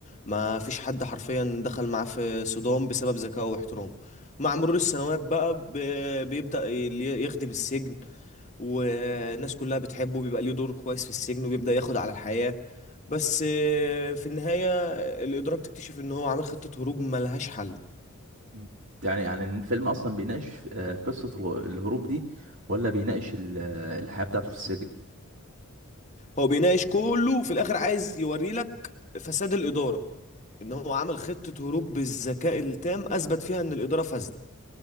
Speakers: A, on the left; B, on the right.
A: ما فيش حد حرفيا دخل معاه في صدام بسبب ذكائه واحترامه مع مرور السنوات بقى ب- بيبدأ ي- يخدم السجن والناس كلها بتحبه بيبقى ليه دور كويس في السجن وبيبدأ ياخد على الحياة بس آه، في النهاية الإدارة بتكتشف إن هو عامل خطة هروب ملهاش حل
B: مم. يعني يعني الفيلم اصلا بيناقش آه، قصة الغ- الهروب دي ولا بيناقش ال- آه، الحياة بتاعته في السجن
A: هو بيناقش كله وفي الآخر عايز يوريلك فساد الإدارة إن هو عمل خطة هروب بالذكاء التام أثبت فيها إن الإدارة فاسدة